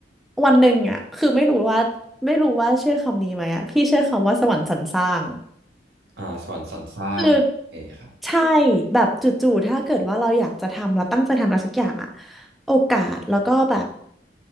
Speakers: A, in the centre; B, on the right.
A: วันหนึ่งอ่ะคือไม่รู้ว่าไม่รู้ว่าเชื่อคำนี้ไหมอ่ะพี่เชื่อคำว่าสวรรค์สรรสร้าง
B: อ่าสวรรค์สรรสร้างโอเคครับ
A: คือใช่แบบจู่ๆถ้าเกิดว่าเราอยากจะทำเราตั้งใจทำอะไรสักอย่างอะโอกาสแล้วก็แบบ